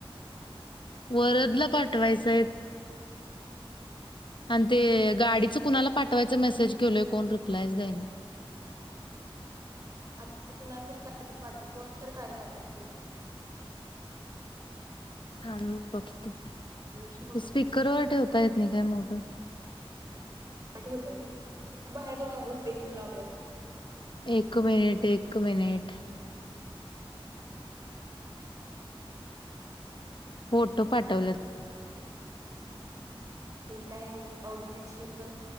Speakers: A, on the left; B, on the right.
A: वरदला पाठवायचयत. आणि
B: मग
A: ते गाडीच कुणाला पाठवायच मेसेज केल कोण रिप्लायच देईना
B: आता कुणासरी कायतरी पाठव कोणतरी काय पाठवतय ब
A: थांब बघतो,
B: यशने फोटो
A: स्पीकरवर
B: पाठवलाय
A: ठेवता येत नाही काय मोबाईल?
B: ठेवतायू बाहेर जाऊ नको इथून लावल्याय
A: एक मिनिट, एक मिनिट, फोटो पाठवल्यत
B: हम हे काय आउटफिट व